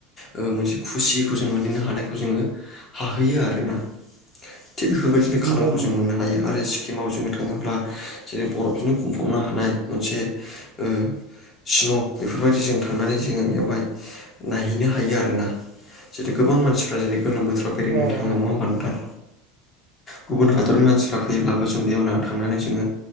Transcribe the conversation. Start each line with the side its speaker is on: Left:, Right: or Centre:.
Left: ओ मोनसे खुसिखौ जों मोनहैनो हानायखौ जोङो हाहैयो आरोना थिग बेफोरबायदिनो खालामखौ
Right: नंगौ नंगौ
Left: जों मोननो हायो आरो सि किमाव जोङो थाङोब्ला जेरै बरफजोंनो बुंफबनो हानाय मोनसे ओ स्न' बेफोरबायदि जों थांनानै जोङो बेवहाय नायहैनो हायो आरोना जेरै गोबां मानसिफ्रा जेरै गोलोम बोथोर आव बेरायनो
Right: औ
Left: थाङो
Right: औ
Left: नङा
Right: औ
Left: होमबा नोंथां? गुबुन हादरनि मानसिफ्रा फैयोब्लाबो जों बेयावना थांनानै जोङो